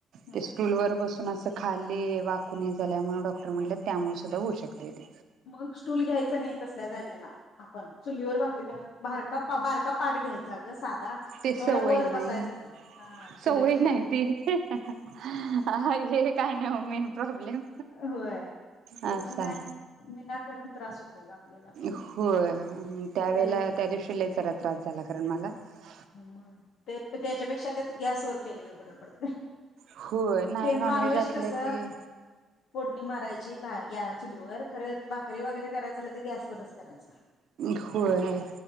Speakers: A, on the left (about 75°); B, on the right (about 70°).
A: हा
B: ते स्टूलवर बस अन अस खाल्ली वाकूून हे झाल्यामुळे डॉक्टर म्हटल त्यामुळे सुद्धा होऊ शकतय ते.
A: मग स्टूल घ्यायच नाय तसल्या जाग्याला आपण चुलीवर भाकरी कर भारका बारका पाठ घ्यायचा ग साधा
B: ते
A: एवढ्या
B: सवय
A: वर
B: नाही
A: बसायचं हा चुलीपेक्षा
B: सवय नाही ती अ हे काय नाय मेन प्रॉब्लेम
A: होय
B: असा
A: तसं नाही विनाकारण त्रास होतोय ग आपल्याला पण
B: होय त्या
A: ते
B: वेळेला त्या दिवशी लय जरा त्रास झाला कारण मला <unintelligible>
A: मग ते त्याच्यापेक्षा तेच गॅसवर केलेल बर पडतय
B: होय नाही
A: ते
B: नॉनव्हेज
A: नॉन व्हेज
B: असलं
A: कस
B: की
A: फोडणी मारायची भा ग चुलीवर खर भाकरी वगैरे करायच झाल त गॅसवरच करायच
B: होय